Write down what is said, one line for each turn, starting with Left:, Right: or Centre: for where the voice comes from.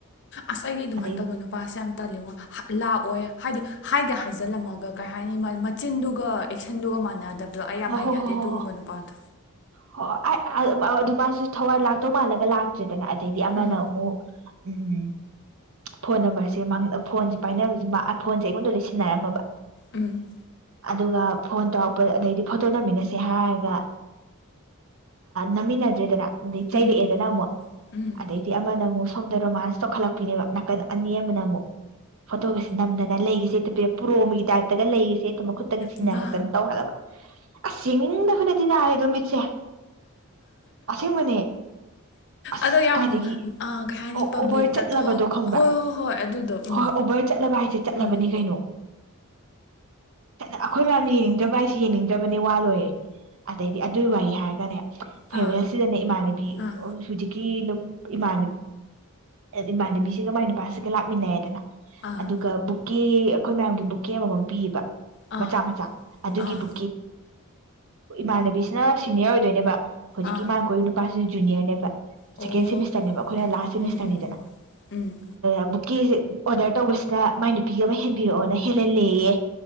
Left: ꯑꯁ ꯑꯩꯗꯤ ꯑꯗꯨꯃꯥꯏꯅ
Right: ꯑꯗꯩ
Left: ꯇꯧꯕ ꯅꯨꯄꯥꯁꯦ ꯌꯥꯝ ꯇꯂꯦꯉꯣ ꯂꯥꯛꯑꯣꯏ ꯍꯥꯏꯗꯤ ꯍꯥꯏꯒꯦ ꯍꯥꯏꯖꯤꯜꯂꯝꯃꯒ ꯀꯩ ꯍꯥꯏꯅꯤ ꯃꯆꯤꯟꯗꯨꯒ ꯑꯦꯛꯁꯟꯗꯨꯒ ꯃꯥꯟꯅ ꯗꯕꯗꯣ ꯑꯩ ꯌꯥꯝ
Right: ꯍꯣ
Left: ꯍꯩꯅꯗꯦ
Right: ꯍꯣ ꯍꯣ
Left: ꯑꯗꯨꯒꯨꯝꯕ
Right: ꯍꯣ
Left: ꯅꯨꯄꯥꯗꯣ
Right: ꯍꯣꯏ ꯑꯗꯨ ꯃꯥꯁꯨ ꯊꯋꯥꯟ ꯂꯥꯛꯇꯧ ꯃꯥꯜꯂꯒ ꯂꯥꯛꯇ꯭ꯦꯅꯦ ꯅ ꯑꯗꯩꯗꯤ ꯑꯃꯅ
Left: ꯎꯝ
Right: ꯑꯃꯨꯛ ꯎꯝ ꯐꯣꯟ ꯅꯝꯕꯔꯁꯦ ꯐꯣꯟꯁꯦ ꯄꯥꯏꯅꯕꯁꯦ ꯐꯣꯟꯁꯦ ꯑꯩꯉꯣꯟꯗ ꯂꯩꯁꯤꯟꯅꯔꯝꯃꯕ
Left: ꯎꯝ
Right: ꯑꯗꯨꯒ ꯐꯣꯟ ꯇꯧꯔꯛꯄ ꯑꯗꯩꯗꯤ ꯐꯣꯇꯣ ꯅꯝꯃꯤꯟꯅꯁꯦ ꯍꯥꯏꯔꯒ ꯅꯝꯃꯤꯟꯅꯗ꯭ꯔꯦꯗꯅ ꯑꯗꯩ
Left: ꯎꯝ
Right: ꯆꯩꯔꯛꯑꯦꯗꯅ ꯑꯃꯨꯛ
Left: ꯎꯝ
Right: ꯑꯗꯩꯗꯤ ꯑꯃꯅ ꯑꯃꯨꯛ ꯁꯣꯝꯗ ꯔꯣꯃꯥꯟꯁ ꯇꯧꯈꯠꯂꯛꯄꯤꯅꯦꯕ ꯅꯥꯀꯟ ꯑꯅꯤ ꯑꯃꯅ ꯑꯃꯨꯛ ꯐꯣꯇꯣꯒꯁꯦ ꯅꯝꯗꯅ ꯂꯩꯒꯤꯁꯦ ꯄꯔ ꯄꯨ꯭ꯔꯣꯝꯒꯤ ꯇꯥꯏꯞꯇꯒ ꯂꯩꯔꯤꯁꯦ ꯑꯗꯨ ꯛꯇꯒ ꯁꯤꯅꯔꯛꯇꯅ
Left: ꯏꯃꯥ
Right: ꯇꯧꯍꯜꯂꯕ ꯑꯁ ꯌꯦꯡꯅꯤꯡꯗꯕꯅꯗꯤ ꯅꯥꯔꯦꯗꯣ ꯃꯤꯠꯁꯦ ꯑꯁꯦꯡꯕꯅꯦ ꯑꯁ
Left: ꯑꯗꯣ ꯌꯥꯝ
Right: ꯀꯥꯏꯗꯒꯤ
Left: ꯀꯩ ꯍꯥꯏꯅꯤ
Right: ꯑꯣꯕꯔ
Left: ꯄꯕ꯭ꯂꯤꯛꯇ
Right: ꯆꯠꯂꯕꯗꯣ
Left: ꯊꯣꯛꯑꯒ
Right: ꯈꯪꯕ꯭ꯔ
Left: ꯍꯣꯏ ꯍꯣꯏ ꯍꯣꯏ ꯑꯗꯨꯗꯣ ꯎꯝ
Right: ꯍꯣꯏꯣꯏ ꯑꯣꯕꯔ ꯆꯠꯂꯕ ꯍꯥꯏꯁꯦ ꯆꯠꯂꯕꯅꯤ
Left: ꯎꯝ
Right: ꯀꯩꯅꯣ ꯑꯩꯈꯣꯏ ꯂꯥꯟꯅ ꯌꯦꯡꯗꯕꯏꯁ ꯁꯤ ꯌꯦꯡꯅꯤꯡꯗ꯭ꯔꯕꯅꯤ ꯋꯥ ꯂꯣꯏꯌꯦꯦ ꯑꯗꯩꯗꯤ ꯑꯗꯨꯒꯤ ꯋꯥꯏ ꯍꯥꯏꯔꯒꯅꯦ ꯐꯩꯔꯦ
Left: ꯑꯥ
Right: ꯁꯤꯗꯅꯦ ꯏꯃꯥꯟꯅꯕꯤ
Left: ꯑꯥ
Right: ꯍꯧꯖꯤꯛꯀꯤ ꯏꯃꯥꯟ ꯏꯃꯥꯟꯅꯕꯤꯁꯤꯒ ꯃꯥꯏ ꯅꯨꯄꯥꯁꯤꯒ ꯂꯥꯛꯃꯤꯟꯅꯩꯗꯅ
Left: ꯑꯥ
Right: ꯑꯗꯨꯒ ꯕꯨꯛꯀꯤꯦ ꯑꯩꯈꯣꯏ ꯃꯌꯥꯝꯒꯤ ꯕꯨꯛꯀꯦ ꯑꯃꯃꯝ ꯄꯤꯌꯦꯕ
Left: ꯑꯥ
Right: ꯃꯆꯥ ꯃꯆꯥ ꯑꯗꯨꯒꯤꯕꯨ
Left: ꯑꯥ
Right: ꯏꯃꯥꯟꯅꯕꯤꯁꯤꯅ ꯁꯤꯅꯤꯌꯔ ꯑꯣꯏꯗꯣꯏꯅꯦꯕ ꯍꯧꯖꯤꯛꯀꯤ
Left: ꯑꯥ
Right: ꯃꯥꯥꯡ ꯑꯣꯏꯣꯏ ꯏꯅ ꯄꯥꯁ ꯨꯅꯤꯔꯅꯦ
Left: ꯑꯣ
Right: ꯁꯦꯀꯦꯟ ꯁꯦꯃꯤꯁꯇꯔꯅꯦꯕ ꯑꯩꯈꯣꯏꯅ ꯂꯥꯁ ꯁꯦꯃꯤꯁꯇꯔꯅꯤꯗꯅ
Left: ꯎꯝ ꯎꯝ ꯎꯝ
Right: ꯑꯗꯨ ꯀꯦꯁꯦ ꯑꯣꯔꯗꯔ ꯇꯧꯕꯁꯤꯗ ꯃꯥꯏ ꯅꯨꯄꯤꯒ ꯑꯃ ꯍꯦꯟꯕꯤꯔꯛꯑꯣꯅ ꯍꯦꯜꯍꯜꯂꯦꯌꯦ